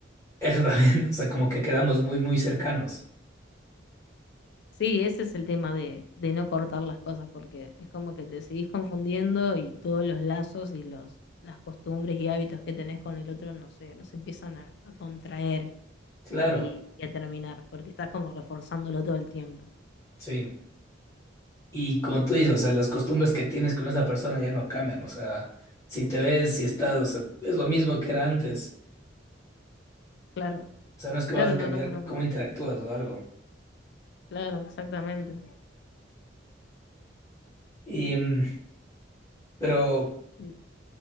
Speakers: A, on the left (about 15°); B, on the left (about 60°).
A: eso también, <laughs> o sea, como que quedamos muy, muy cercanos.
B: Sí, ese es el tema de, de no cortar las cosas, porque es como que te seguís confundiendo y todos los lazos y los, las costumbres y hábitos que tenés con el otro no sé, no se empiezan a, a contraer
A: Claro,
B: y, y a terminar, porque estás como reforzándolo todo el tiempo.
A: sí. Y como tú dices, o sea, las costumbres que tienes con esa persona ya no cambian, o sea, si te ves, si estás, o sea, es lo mismo que era antes.
B: Claro,
A: O sea, no es que
B: claro,
A: vas a
B: no,
A: cambiar
B: no, no, no,
A: cómo interactúas o algo.
B: claro, exactamente.
A: Y, mm, pero.
B: Eh,